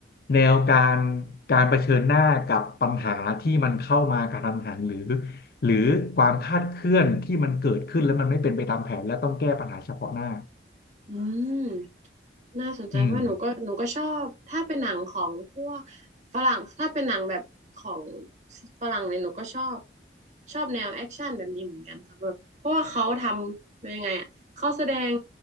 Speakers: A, on the left; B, on the right.
A: แนวการการเผชิญหน้ากับปัญหาที่มันเข้ามากระทันหันหรือหรือความคาดเคลื่อนที่มันเกิดขึ้นแล้วมันไม่เป็นไปตามแผนและต้องแก้ปัญหาเฉพาะหน้า
B: อืมน่าสนใจเพราะหนูก็หนูก็ชอบถ้าเป็นหนังของพวก
A: อืม
B: ฝรั่งถ้าเป็นหนังแบบของฝรั่งเนี่ยหนูก็ชอบชอบแนวแอคชั่นแบบนี้เหมือนกันครับแบบเพราะว่าเขาทำเป็นยังไงอ่ะเขาแสดง